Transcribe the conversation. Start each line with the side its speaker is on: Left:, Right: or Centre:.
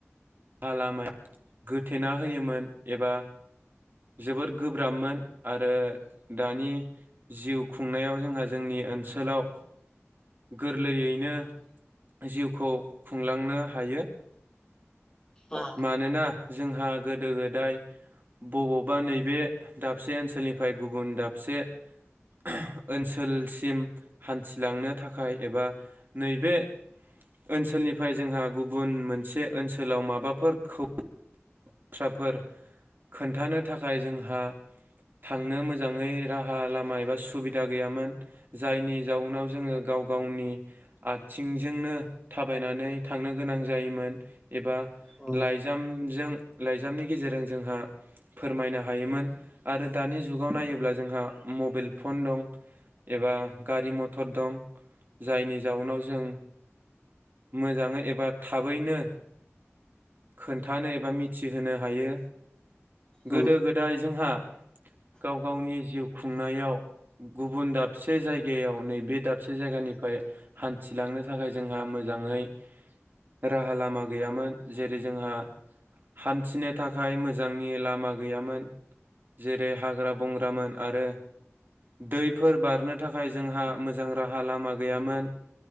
Right: राहा लामा <unintelligible> गोथेना होयोमोन एबा जोबोद गोब्राबमोन आरो दानि जिउ खुंनायाव जोंहा जोंनि ओनसोलाव गोरलैयैनो जिउखौ खुंलांनो हायो।
Left: उम
Right: मानोना जोंहा गोदो गोदाय बबावबा नैबे दाबसे ओनसोलनिफ्राय गुबुन दाबसे <inaudible> ओनसोलसिम हान्थिलांनो थाखाय एबा नैबे ओनसोलनिफ्राय जोंहा गुबुन मोनसे ओनसोलाव माबा फोरखौ बाथ्राफोर खोन्थानो थाखाय जोंहा थांनो मोजाङै राहा लामा एबा सुबिदा गैयामोन जायनि जाउनाव जोङो गाव गावनि आथिं जोंनो थाबायनानै थांनो गोनां जायोमोन एबा
Left: उम
Right: लाइजामजों लाइजामनि गेजेरजों जोंहा फोरमायनो हायोमोन आरो दानि जुगाव नायोब्ला जोंहा मबाइल फन दं । एबा गारि मथर दं । जायनि जाउनाव जों मोजाङै एबा थाबैनो खोन्थानो एबा मि थि होनो हायो गोदो
Left: उम
Right: गोदाय जोंहा गाव गावनि जिउ खुंनायाव गुबुन दाबसे जायगायाव नैबे दाबसे जायगानिफ्राय हान्थिलांनो थाखाय जोंहा मोजाङै राहा लामा गैयामोन जेरै जोंहा हान्थिनो थाखाय मोजांनि लामा गैयामोन जेरै हाग्रा बंग्रामोन आरो दैफोर बारनो थाखाय जोंहा मोजां राहा लामा गैयामोन